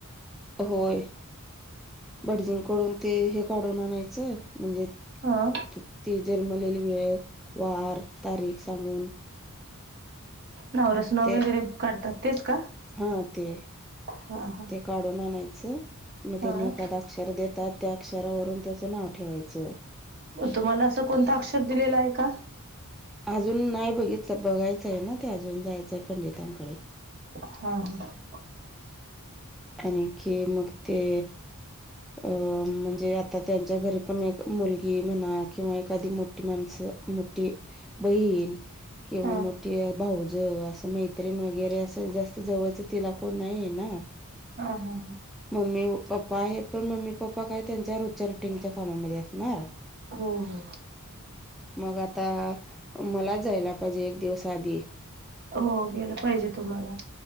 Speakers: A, in the centre; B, on the right.
A: होय भडजिंग कडून ते हे काढून आणायचं म्हंजे
B: हा.
A: त ती जन्मलेली वेळ वार तारीख सांगून
B: नाव रास नाव
A: ते
B: वगैरे काढतात तेच का?
A: हा ते
B: हा हा
A: ते काढून आणायचं मग त्यांनी
B: हा
A: एखादा अक्षर देतात त्या कक्षरावरून त्याचं नाव ठेवायचं
B: तुम्हाला असं कोणता अक्षर दिलेला आहे का.
A: आजून नाही बघितलं बघायचं आहे ना ते अजून जायचंय पंडितांकडे.
B: हा हा.
A: आणिखी मग ते अ म्हणजे आता त्यांच्या घरी पण एक मुलगी म्हणा किंवा एखादी मोठी माणसं मोठी बहीण किंवा
B: हा
A: मोठी भाऊज असं माह तन वगैरे असं जास्त जवळचं तिला कोण नाही आहे ना
B: हा हा हा.
A: मम्मी पप्पा आहेत पण मम्मी पप्पा काय त्यांच्या रोजच्या रोटींच्या कामामध्ये असणार.
B: हो हो हो.
A: मग आता मला जायला पाहिजे एक दिवस आधी
B: हो गेलं पाहिजे तुम्हाला.